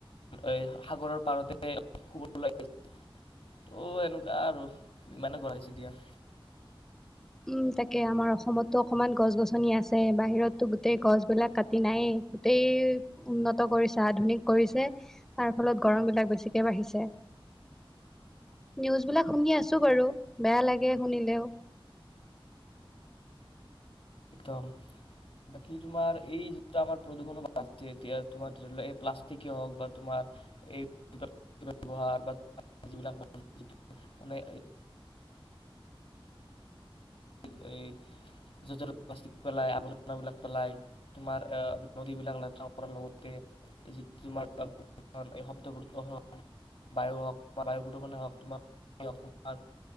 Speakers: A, on the left; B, in the centre.
A: এই সাগৰৰ পাৰতে শুবছে ত' এনেকুৱা আৰু ইমানে গঢ় দিছে দিয়া
B: উম তাকে আমাৰ অসমতো অকনমান গছ গছনি আছে বাহিৰততো গোটেই গছবিলাক কাটি নাই গোটেই উন্নত কৰিছে আধুনিক কৰিছে তাৰ ফলত গৰম বিলাক বেছিকে বাঢ়িছে নিউজ বিলাক শুনি আছো বাৰু বেয়া লাগে শুনিলেও
A: একদম বাকী তোমাৰ এই যিটো আমাৰ প্ৰদূষণো বাঢ়িছে এতিয়া তোমাৰ ধৰি এই প্লাষ্টিকে হওক বা তোমাৰ এই ব্যৱহাৰ বা যিবিলাক মানে য'' প্লািক পেলাই আৱৰ্জাবলাক পেলাই তোমাৰ এ নদীবিলাক লতে কৰাৰ লগতে যিটো তোমাৰ শব্দ বায়ু হওক বায়ু প্ৰদূষণে হওকোমাৰ